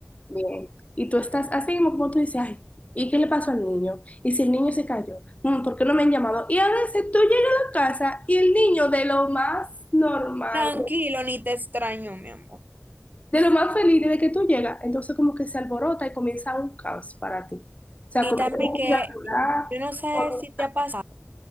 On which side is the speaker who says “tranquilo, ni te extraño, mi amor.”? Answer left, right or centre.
Right